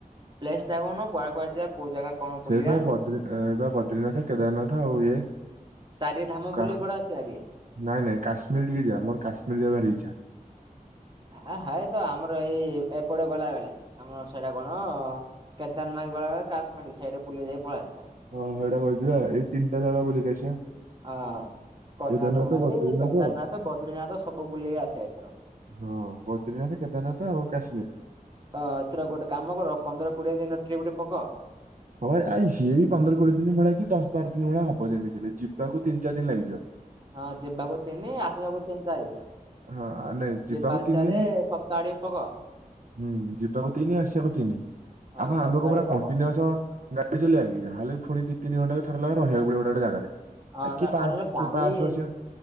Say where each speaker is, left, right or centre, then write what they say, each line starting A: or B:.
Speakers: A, on the right; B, on the right.
A: ପ୍ଲେସ ଟା କହୁନ କୁଆଡେ କୁୁଆଡେ ଯିବା କୋଉ ଜାଗା କଣ ବୁଲିବା?
B: ସେଇ ବା ବଦ୍ରି ବଦ୍ରିନାଥ କେଦାରନାଥ ଆଉ ଇଏ।
A: ତାରି ଧାମ
B: କା
A: ବୁଲି ପଳେଇ ଆସିବାକି?
B: ନାଇଁ ନାଇ କାଶ୍ମିରୀ ଟିକେ ଯିବା ମୋର କାଶ୍ମିରୀ ଯିବା ଭାରି ଇଛା।
A: ଆ ହଉ ତ ଆମର ଏଇ ଏପଟେ ଗଲା ବେଳେ। ଆମର ସେଇଟା କଣ କେଦାରନାଥ ଗଲାବେଳେ କାଶ୍ମୀର ସେଇଟା ବୁଲି ଦେଇକି ପଳେଇ ଆସିବା।
B: ହଁ ହେଟା <unintelligible> ଯିବା ଏଇ ତିନିଟା ଜାଗା ବୁଲିକି ଆସିବା।
A: ହଁ କନ୍ୟାକୁମାରୀ
B: କେଦାରନାଥ ବଦ୍ରିନାଥ
A: କେଦାରନାଥ ବଦ୍ରିନାଥ ସବୁ ବୁଲେଇ ଆସେ ଏଥର।
B: ହଁ ବଦ୍ରିନାଥ କେଦାରନାଥ ଆଉ କାଶ୍ମୀର।
A: ହଁ ଏଥର ଗୋଟେ କାମ କର ପନ୍ଦର କୋଡିଏ ଦିନର ଟ୍ରିପ୍ ଟିକେ ପକ।
B: ହଁ ଭାଇ ଆ ସିଏ ବି ପନ୍ଦର କୋଡିଏ ଦିନ ଭଳିଆ କି ଦଶ ବାର ଦିନ ଭଳିଆ ହବ ଯେମିତି ହେଲେ ଯିବାକୁ ତିନି ଚାରି ଦିନି ଲାଗଯିବ।
A: ହଁ ଯିବାକୁ ତିନି ଆସିବାକୁ ତିନି ଚାରି
B: ହଁ ନାଇଁ ଯିବାକୁ
A: ଯିବା ଆସିବାରେ
B: ତିନି ଦିନି
A: ତାଡ଼େ ପକ।
B: ହୁଁ ଯିବାକୁ ତିନି ଆସିବାକୁ ତିନି ଆଉ
A: ହଁ
B: କଣ
A: ସପ୍ତାହଟିଏ
B: ଆମକୁ ପୁରା
A: ପକ।
B: କଣ୍ଟିନିଅସ ଗାଡି ଚଲେଇବାକି ଯାହାଲେ ବି ପୁଣି ଦି ତିନି ଘଣ୍ଟା ଥରେ ଲାଖେ ରହିବାକୁ ପଡିବ ଗୋଟେ ଗୋଟେ ଜାଗାରେ।
A: ହଁ
B: କିଏ
A: ଆ
B: ପାସ୍
A: ନହେଲେ ଗାଡି
B: କିଏ ପାସ୍ ବସିବ